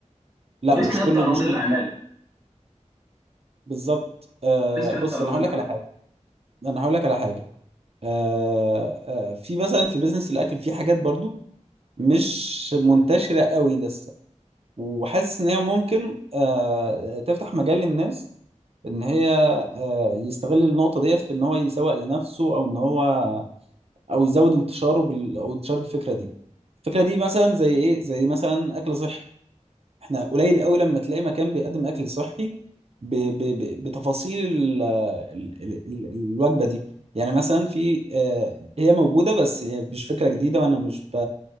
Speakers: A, on the right (about 55°); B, on the right (about 25°).
A: لا
B: الريسك
A: مش
B: ده
A: كله
B: بتاع رواد
A: مش
B: الاعمال
A: كله بالظبط آه
B: الريسك
A: بص
B: ده بتاع الرياضه
A: انا هقول
B: اللي
A: لك
B: عامله
A: على حاجه انا هقول لك على حاجه آه آه في مثلا في بيزنس الاكل في حاجات برضو مش منتشره قوي لسه وحاسس ان هي ممكن آه تفتح مجال للناس ان هي آه يستغل النقطه ديت في ان هو يسوق لنفسه او ان هو او يزود انتشاره بال... او انتشار الفكره دي الفكره دي مثلا زي ايه زي مثلا اكل صحي احنا قليل قوي لما تلاقي مكان بيقدم اكل صحي ب... ب... ب... بتفاصيل ال... ال... ال... ال- الوجبه دي يعني مثلا في آه، هي موجوده بس هي مش فكره جديده وانا مش ب...